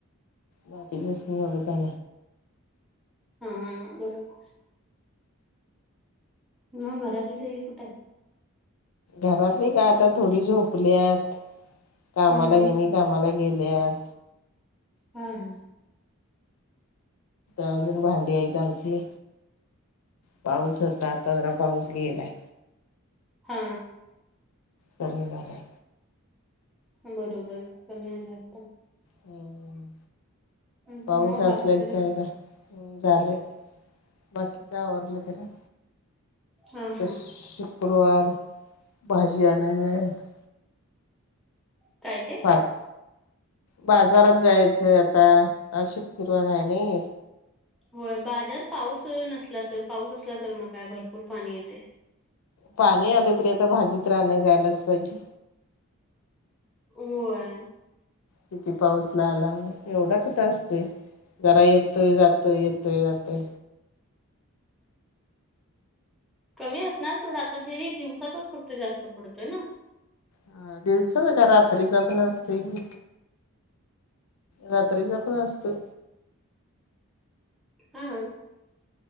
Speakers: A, on the left; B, in the centre.
A: बाकी
B: हा, बरोबर मग घरातली सगळी कुठं आहेत?
A: घरातली का आता थोडी झोपल्यात. कामाला
B: हम्म
A: हेनी
B: हम्म
A: कामाला गेल्यात.
B: हा हा.
A: अजून भांडी आहेत आमची. पाऊस होता आता जरा पाऊस गेलाय.
B: हा.
A: कमी झालं आहे.
B: बरोबर. कमी आला आता.
A: हम.
B: मग
A: पाऊस
B: बाकी
A: असला
B: सगळं
A: की त्याला काय ह झाले. बाकीच आवरलं का नाही.
B: हा
A: त्यात
B: हा
A: शुक्रवार भाजी आणायला जायचं.
B: काय ते?
A: पाच. बाजारात जायचं आता शुक्रवार आहे नाही.
B: होय. बाजार पाऊस नसला तर, पाऊस असला तर मग काय भरपूर पाणी येतय.
A: पाणी आलं तरी आता भाजीतर आणाय जायलाच पाहिजे.
B: होय.
A: किती पाऊस लागला म्हण एवढा कुठं असतोय. जरा येतोय जातोय येतोय जातोय.
B: कमी असणार सोडा. आता तेही दिवसातच फक्त जास्त पडतोय ना.
A: हा दिवसाच का रात्रीचा पण असतोय की. रात्रीचा पण असतोय.
B: हां.